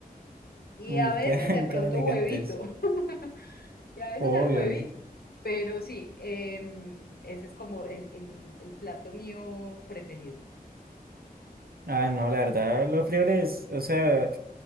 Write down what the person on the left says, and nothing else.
Y
a veces
de pronto
huevito. <laughs> Y a veces
el huevito. Pero sí, em, ese es como el, el, el plato mío preferido.